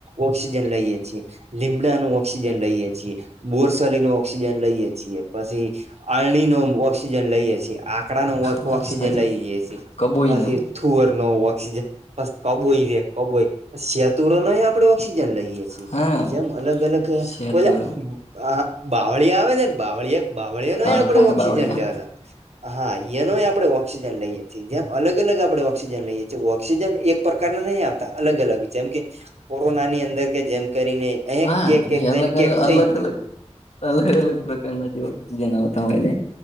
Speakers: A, on the right; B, on the left.
A: ઓક્સિજન લઈએ છીએ. લીમડાનો ઓક્સિજન લઈએ છીએ, બોરસલીનો ઓક્સિજન લઈએ છીએ. પછી અઈણીનો ઓક્સિજન લઈએ છીએ. આકડાનો ઑક્
B: વાત
A: ઓક્સિજન
B: સાચી
A: લઈએ છીએ.
B: કબોઈ
A: પછી
B: નું
A: થુવરનો ઓક્સિજન, પસ કબોઈ છે કબોઈ. સેતુરો નોય આપડે ઓક્સિજન લઈ એ છીએ.
B: હા
A: જેમ અલગ અલગ
B: સેતુરમ
A: ઓલ્યાં આ બાવળીયા આવે સે ને બાવળીયા બાવળીયા નોય
B: હડકાયા
A: આપડે ઓક્સિજન
B: બાવળિયા
A: લેવાના. હા ઇયનોય આપડે ઓક્સિજન લઈએે છીએ. જેમ અલગ અલગ આપડે ઓક્સિજન લઈએ છીએ. ઓક્સિજન એક પ્રકારના નહીં આવતા, અલગ અલગ. જેમ કે કોરોનાની અંદર કે જેમ કરીને અહી
B: હા,
A: કેક કેક
B: એ અલગ-અલગ,
A: જઈને કેક થઈ
B: અલગ-અલગ
A: ગયું
B: અલગ અલગ પ્રકારના જે ઓક્સિજન આવતા હોય છે,